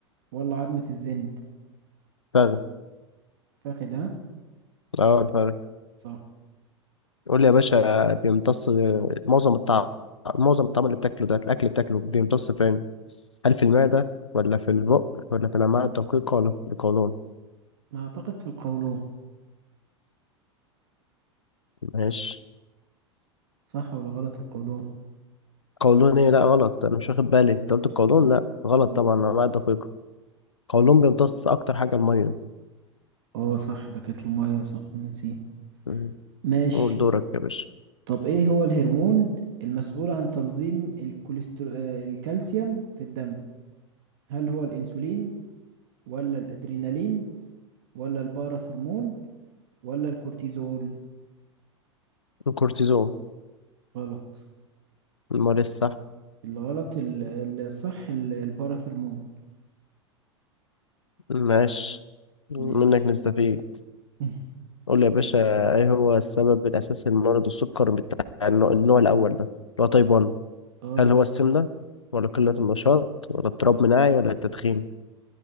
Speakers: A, on the right; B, on the left.
A: ولا عظمة الزند
B: فاهم
A: فاخد ها
B: اه الفخذ
A: صح
B: يقول لي يا باشا بيمتص معظم الطعم معظم الطعم اللي بتاكله ده الاكل بتاكله بيمتص فين هل في المعده ولا في البق ولا في الامعاء الدقيقه ولا في القولون
A: أنا اعتقد في القولون
B: ماشي
A: صح ولا غلط القولون
B: قولون ايه لا غلط انا مش واخد بالي انت قلت القولون لا غلط
A: اه
B: طبعا الامعاء الدقيقه القولون بيمتص اكتر حاجه الميه
A: اه صح ده كانت المية صح نسيه
B: مم.
A: ماشي
B: قول دورك يا باشا
A: طب ايه هو الهرمون المسؤول عن تنظيم الكوليسترو... آه، الكالسيوم في الدم هل هو الانسولين ولا الادرينالين ولا الباراثرمون ولا الكورتيزول
B: الكورتيزون
A: غلط
B: المال الصح
A: الغلط ال- الصح ال- الباراثرمون
B: ماشي منك
A: ماشي
B: نستفيد
A: <laughs>
B: قول لي يا باشا ايه هو السبب الاساسي لمرض السكر بتاع النوع النوع الاول ده اللي هو تايب 1
A: اه
B: هل هو السمنة ولا قلة النشاط ولا اضطراب مناعي ولا التدخين